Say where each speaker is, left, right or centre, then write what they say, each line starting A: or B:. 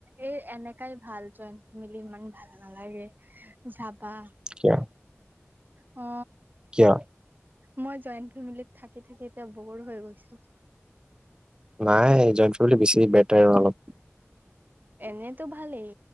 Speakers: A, on the right (about 40°); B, on the right (about 20°).
A: এই এনেকাই ভাল জইন ফেমিলি ইমান ভাল নালাগে যাবা।
B: কিয়?
A: অ।
B: কিয়?
A: মই জইণ্ট ফেমিলিত থাকি থাকি এতিয়া বৰ হৈ গৈছো।
B: নাই জইণ বুলি বেছি বেটাৰ আৰু অলপ।
A: এনেতো ভালেই